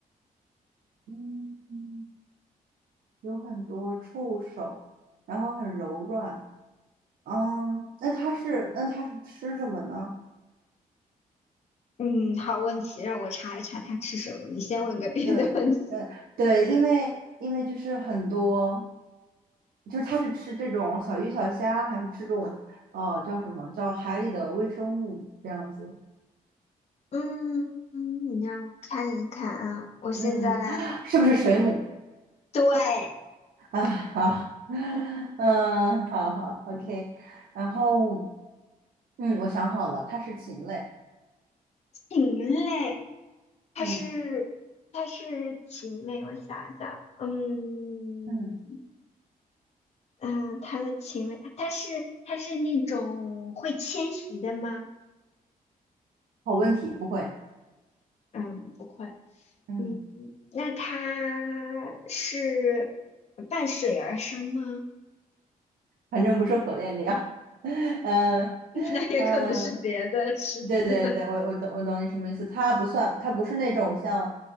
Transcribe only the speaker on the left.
嗯，好问题，让我查一查他吃什么。你先问个别的问题。
嗯，嗯你让我看一看啊，我现在来。
对，
禽类，它是它是禽类，
我想想，嗯
嗯、呃它的禽类，它是它是那种会迁徙的吗？
嗯，不会。
嗯，那它是伴水而生吗？
<laughs> 那也可能是别的实体的，